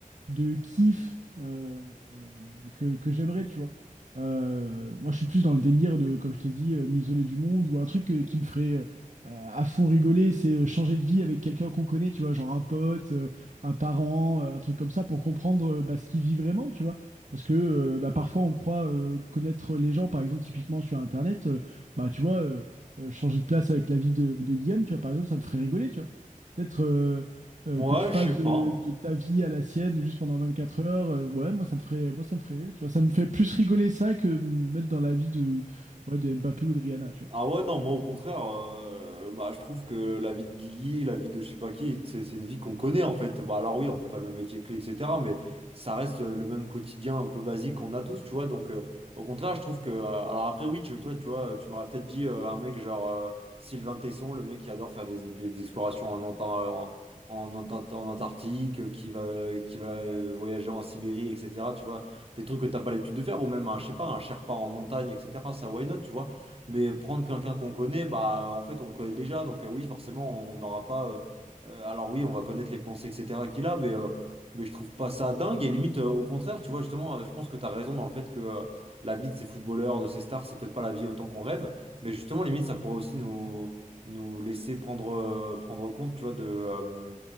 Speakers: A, on the right; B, on the right.
A: de kiff euh, euh, que, que j'aimerais, tu vois. Euh, moi, je suis plus dans le délire de, comme je t'ai dit, euh, m'isoler du monde ou un truc euh, qui me ferait euh, euh, à fond rigoler, c'est euh, changer de vie avec quelqu'un qu'on connaît, tu vois, genre un pote, euh, un parent, euh, un truc comme ça, pour comprendre euh, bah, ce qu'il vit vraiment, tu vois. Parce que euh, bah, parfois, on croit euh, connaître les gens, par exemple, typiquement sur Internet, euh, bah, tu vois, euh, euh, changer de place avec la vie de, de Guillaume, tu vois, par exemple, ça me ferait rigoler, tu vois. Peut-être. euh, euh,
B: Ouais,
A: que tu passes
B: je sais
A: de,
B: pas.
A: de ta vie à la sienne juste pendant 24 heures, euh, ouais, moi ça me ferait, moi ça me ferait rire, tu vois. Ça me fait plus rigoler ça que me mettre dans la vie de, ouais, de Mbappé ou de Rihanna, tu vois.
B: Ah ouais, non, moi au contraire, euh, bah, je trouve que la vie de Guigui, la vie de je sais pas qui, c'est c'est une vie qu'on connaît en fait. Bah, alors oui, on fait pas le même métier que lui, etc. Mais ça reste euh, le même quotidien un peu basique qu'on a tous, tu vois. Donc euh, au contraire, je trouve que... euh, alors après oui, tu, toi, tu vois, tu m'aurais peut-être dit euh, un mec genre euh, Sylvain Tesson, le mec qui adore faire des, des- des explorations en, Anta- euh, en, en Anta- en Antarctique, euh, qui va, euh, qui va euh, voyager en Sibérie, etc. Tu vois, des trucs que t'as pas l'habitude de faire, ou même un, je sais pas, un Sherpa en montagne, etc. Ça, why not, tu vois. Mais prendre quelqu'un qu'on connaît, bah en fait on le connaît déjà, donc euh, oui forcément on n'aura pas. euh, euh, alors oui on va connaître les pensées etc qu'il a, mais euh, mais je trouve pas ça dingue et limite euh, au contraire tu vois justement euh, je pense que tu as raison dans le fait que euh, la vie de ces footballeurs, de ces stars, c'est peut-être pas la vie autant qu'on rêve, mais justement limite ça pourrait aussi nous nous laisser prendre euh, prendre compte tu vois de euh,